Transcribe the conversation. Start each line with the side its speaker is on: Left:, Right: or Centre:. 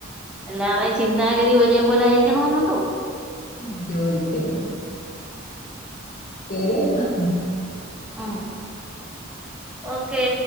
Centre: എല്ലാർടെയും ചിന്താഗതി ഒരേപോലെ ആയിരിക്കണോന്നുണ്ടോ
Left: ഉം ജോലിക്കലില്ല ശരിയെന്നാ
Centre: ആഹ് ഓക്കേ